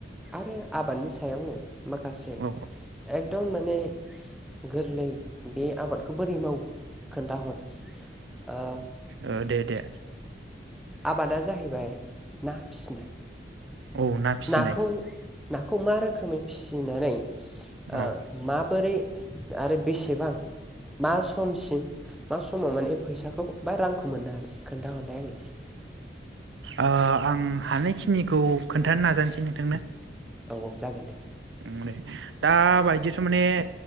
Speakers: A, in the centre; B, on the right.
A: आरो आबादनि सायावनो माखासे
B: औ
A: एकदम माने गोरलै बे आबादखौ बोरै मावो खोन्थाहर अ
B: औ दे दे
A: आबादा जाहैबाय ना फिसिनाय
B: औ ना फिसिनाय
A: नाखौ नाखौ मा रोखोमै फिसिनानै
B: औ
A: अ माबोरै आरो बेसेबां मा समसिम मा समाव माने फैसाखौ बा रांखौ मोननो हागोन खोन्थाहरलाय आंनो एसे
B: औ आं हानायखिनिखौ खोन्थानो नाजानोसै नोंथांनो
A: औ औ जागोन दे
B: माने दा बायदिथ' माने